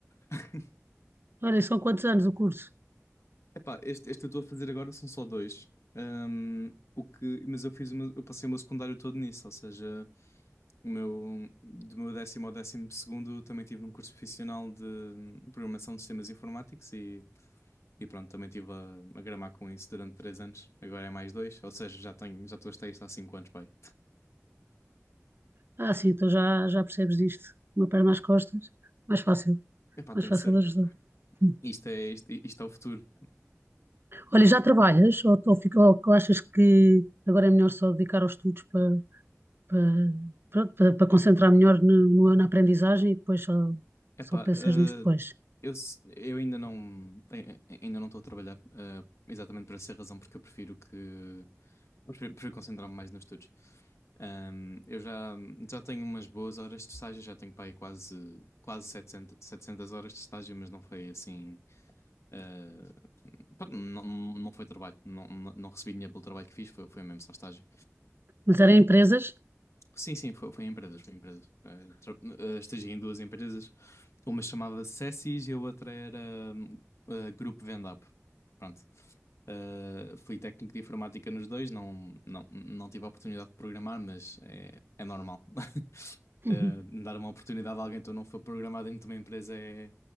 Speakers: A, on the left; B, on the right.
A: <laughs>
B: Olha, são quantos anos o curso?
A: Epá, este, este eu estou a fazer agora são só dois. Ahm, o que, mas eu fiz o meu- eu passei o meu secundário todo nisso, ou seja. O meu, do meu décimo ao décimo segundo também tive num curso profissional de programação de sistemas informáticos e, e pronto, também estive a, a gramar com isso durante três anos. Agora é mais dois, ou seja, já tenho, já estou a estar isto há cinco anos, pai.
B: Ah, sim, então já, já percebes disto. Uma perna às costas. Mais fácil,
A: Epá,
B: mais
A: tem
B: fácil
A: de ser.
B: de ajudar. Hum.
A: Isto é, isto, isto é o futuro.
B: Olha, já trabalhas ou, ou, fica- ou achas que agora é melhor só dedicar aos estudos para, para, pronto, para, para concentrar melhor no, no- na aprendizagem e depois só,
A: Epá,
B: só pensas
A: eh,
B: nisso depois?
A: eu, s- eu ainda não ai- ai- ainda não estou a trabalhar, eh, exatamente por essa razão, porque eu prefiro que prefiro, prefiro concentrar-me mais nos estudos. Ahm, eu já, já tenho umas boas horas de estágio, já tenho para aí quase, quase 700, 700 horas de estágio, mas não foi assim. eh, pá, não, não foi trabalho, não, não não recebi dinheiro pelo trabalho que fiz, foi, foi mesmo só estágio.
B: Mas era em empresas?
A: Sim, sim, foi, foi em empresas, foi em empresas. Eh, tra- eh, estagiei em duas empresas. Uma chamava Cessis e a outra era hum, eh, Grupo Vendap. Pronto. Eh, fui técnico de informática nos dois, não, não, não tive a oportunidade de programar, mas é, é normal. <laughs>
B: Uhum.
A: Eh, dar uma oportunidade a alguém que não for programado dentro de uma empresa é,